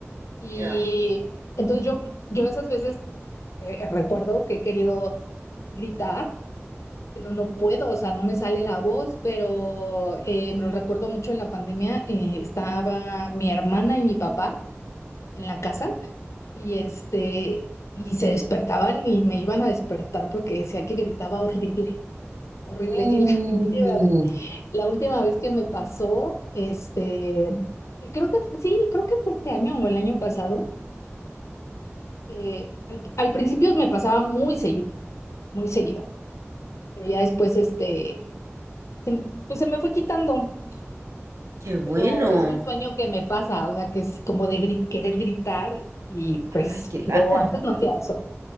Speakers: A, on the left (about 80°); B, on the right (about 75°).
A: Y
B: ya.
A: entonces yo, yo esas veces eh, recuerdo que he querido gritar, pero no puedo, o sea, no me sale la voz, pero eh, me lo recuerdo mucho en la pandemia, eh, estaba mi hermana y mi papá en la casa y este, y se despertaban y me iban a despertar porque decía que gritaba horrible. Horrible.
B: Uh,
A: Y la <laughs> última vez, la última vez que me pasó, este, que creo que fue, sí, creo que fue este año o el año pasado. eh, al, al principio me pasaba muy seguido, muy seguido, pero ya después, este, se- pues se me fue quitando,
B: qué bueno.
A: pero es un sueño que me pasa, o sea, que es como de gri- querer gritar y pues
B: Ay, qué lata.
A: yo antes no hacía eso.